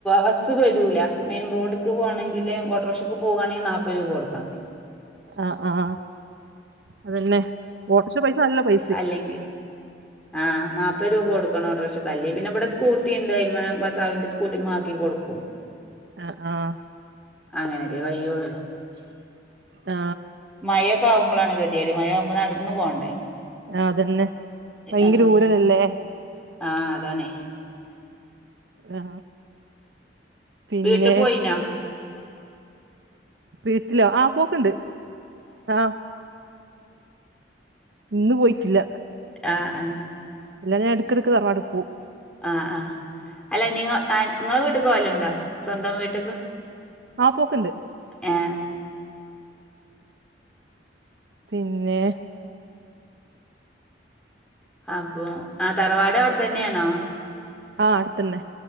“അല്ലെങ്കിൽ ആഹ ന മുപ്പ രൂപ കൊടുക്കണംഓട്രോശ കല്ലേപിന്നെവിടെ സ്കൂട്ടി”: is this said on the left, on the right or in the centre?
Centre